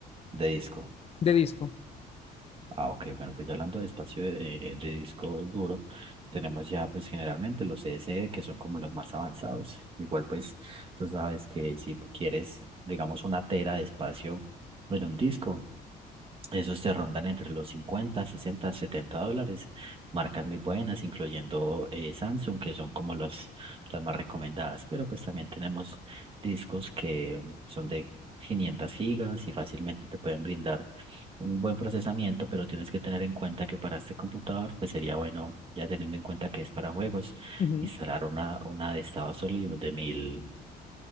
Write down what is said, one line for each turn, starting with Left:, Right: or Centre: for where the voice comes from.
Right: de disco.
Left: De disco.
Right: Ah, ok, bueno, pues hablando de espacio de, eh, de disco duro, tenemos ya pues generalmente los SSD que son como los más avanzados. Igual pues tú sabes que si quieres, digamos, una tera de espacio en un disco, esos te rondan entre los 50, 60, 70 dólares. Marcas muy buenas, incluyendo eh, Samsung, que son como los, las más recomendadas. Pero pues también tenemos discos que son de 500 gigas y fácilmente te pueden brindar un buen procesamiento, pero tienes que tener en cuenta que para este computador, pues sería bueno, ya teniendo en cuenta que es para juegos,
Left: Ujú,
Right: instalar una, una de estado sólido de mil,